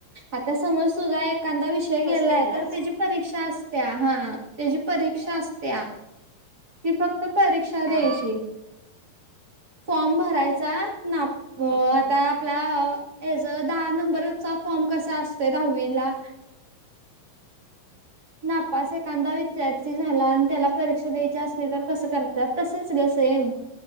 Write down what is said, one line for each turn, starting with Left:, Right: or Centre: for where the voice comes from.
Right: आता समज तुझा एखादा वि
Left: फर्स्ट
Right: गेलाय
Left: इयरलाच
Right: तर त्याची परीक्षा असत्या हा त्याची परीक्षा असत्या. कि फक्त परीक्षा द्यायची
Left: हा
Right: फॉर्म भरायचा ना हो आता आपला एज अ दहा नंबरचा फॉर्म कसा असतोय दहावीला नापस एखादा विचारती झाला आणि त्याला परीक्षा द्यायची असली तर कसं काय ज तसच ग सेम